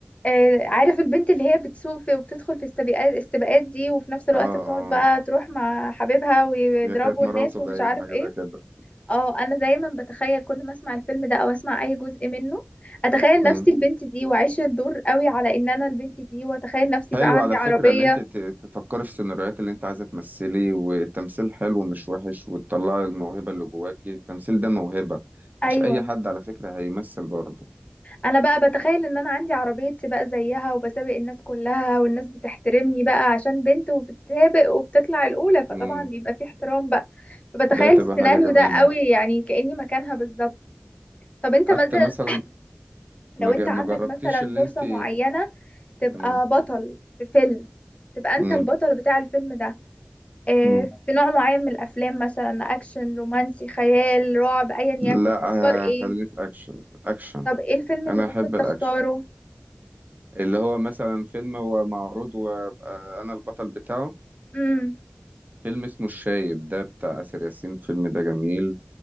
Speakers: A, on the left (about 30°); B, on the right (about 45°).
A: آه عارف البنت اللي هي بتسوق في وبتدخل في السباقات السباقات دي وفي نفس الوقت
B: اه
A: بتقعد
B: اه
A: بقى تروح مع حبيبها ويضربوا
B: هي كانت مراته
A: الناس ومش
B: باينه
A: عارف
B: حاجه
A: ايه
B: زي كده
A: اه انا دايما بتخيل كل ما اسمع الفيلم ده او اسمع اي جزء منه اتخيل نفسي
B: امم
A: البنت دي واعيش الدور قوي على ان انا البنت دي واتخيل نفسي
B: حلو
A: بقى عندي
B: على
A: عربية
B: فكرة اللي انت ت- تفكري في السيناريوهات اللي انت عايزة تمثلي والتمثيل حلو مش وحش وتطلعي الموهبة اللي جواكي التمثيل ده موهبة
A: ايوه
B: مش اي حد على فكرة هيمثل برضه
A: انا بقى بتخيل ان انا عندي عربية سباق زيها وبسابق الناس كلها والناس بتحترمني بقى عشان بنت وبتسابق وبتطلع الاولى فطبعا
B: امم
A: بيبقى في احترام بقى فبتخيل
B: ده تبقى
A: السيناريو
B: حاجة جميلة
A: ده قوي
B: يعني.
A: يعني كأني مكانها بالظبط طب انت
B: حتى
A: مثلا
B: مثلا
A: لو
B: ما جا-
A: انت عندك
B: ما جربتيش
A: مثلا
B: اللي
A: فرصة
B: انت
A: معينة تبقى
B: امم
A: بطل في فيلم تبقى انت
B: امم
A: البطل بتاع الفيلم ده آه،
B: امم
A: في نوع معين من الافلام مثلا اكشن رومانسي خيال رعب ايا
B: لا
A: يكن تختار ايه
B: آه، خليني في اكشن اكشن
A: طب ايه الفيلم اللي
B: انا
A: ممكن
B: احب الاكشن
A: تختاره
B: اللي هو مثلا فيلم هو معروض وابقى انا البطل بتاعه
A: امم
B: فيلم اسمه الشايب ده بتاع آسر ياسين الفيلم ده جميل